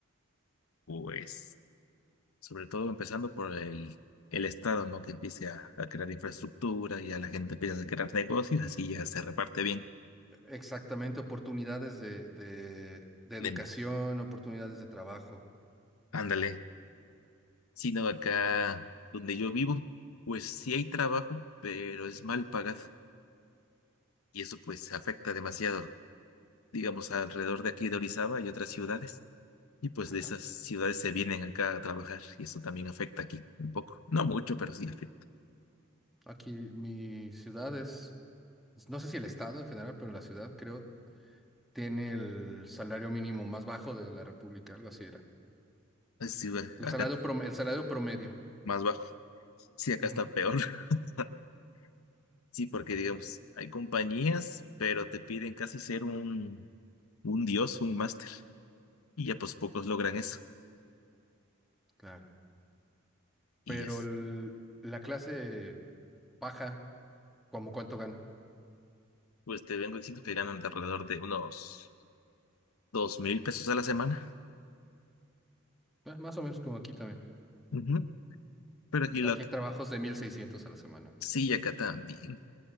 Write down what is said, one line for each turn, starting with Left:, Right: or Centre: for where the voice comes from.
Left: pues, Sobre todo empezando por el, el Estado, ¿no? Que empiece a, a crear infraestructura y a la gente empieza a crear negocios, así ya se reparte bien.
Centre: Exactamente, oportunidades de, de, de educación,
Left: de-
Centre: oportunidades de trabajo.
Left: ándale. Sino acá donde yo vivo, pues sí hay trabajo, pero es mal pagado. Y eso, pues, afecta demasiado. Digamos, alrededor de aquí de Orizaba y otras ciudades. Y pues
Centre: Ajá.
Left: de esas ciudades se vienen acá a trabajar y eso también afecta aquí un poco. No mucho, pero sí afecta.
Centre: Aquí mi ciudad es, no sé si el estado en general, pero la ciudad creo tiene el salario mínimo más bajo de la República, algo así era.
Left: Así, ve,
Centre: El
Left: acá
Centre: salario prom- el salario promedio.
Left: más bajo. Sí, acá
Centre: Ujú,
Left: está peor. <laughs> Sí, porque
Centre: Ok,
Left: digamos, hay compañías, pero te piden casi ser un, un dios, un máster. Y ya pues pocos logran eso.
Centre: claro.
Left: Y
Centre: Pero
Left: es,
Centre: el- la clase baja, ¿como cuánto gana?
Left: pues te vengo diciendo que ganan de alrededor de unos dos mil pesos a la semana.
Centre: Eh, más o menos como aquí también.
Left: Ujú. Pero aquí la,
Centre: Aquí hay trabajos de 1600 a la semana.
Left: sí, acá también,